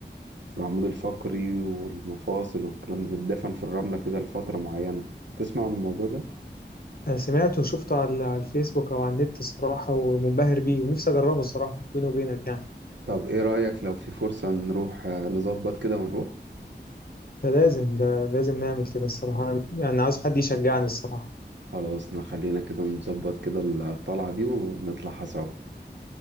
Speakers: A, on the right (about 80°); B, on the left (about 55°).
A: والعمود الفقري والمفاصل والكلام ده تدفن في الرملة كده لفترة معينة تسمع عن الموضوع ده؟
B: سمعته وشفته على على الفيسبوك أو على النت الصراحة ومنبهر بيه ونفسي أجربه الصراحة بيني وبينك يعني
A: طب ايه رأيك لو في فرصة نروح آه، نظبط كده ونروح؟
B: فلازم ده لازم نعمل كده الصراحة أنا يعني عايز حد يشجعني الصراحة
A: خلاص نخلينا كده نظبط كده الطلعة دي ونطلعها سوا